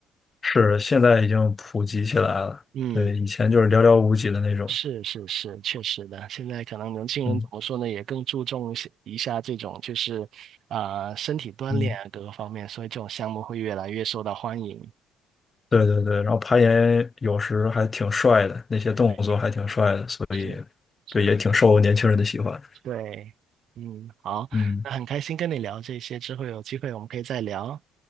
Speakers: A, on the left; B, on the right.
A: 是现在已经普及起来了。
B: 嗯，
A: 对，以前就是寥寥无几的那种。
B: 是是是，确实的。现在可能年轻人怎么说呢，
A: 嗯
B: 也更注重一些一下这种就是啊、呃身体锻炼啊各个方面，
A: 嗯，
B: 所以这种项目会越来越受到欢迎。
A: 对对对。
B: 嗯，
A: 然后攀岩有时还挺帅的，那些动作还挺帅的，
B: 对，
A: 所以
B: 是是是，
A: 对也挺受年轻人的喜欢。
B: 对，嗯，好，
A: 嗯
B: 那很开心跟你聊这些，之后有机会我们可以再聊。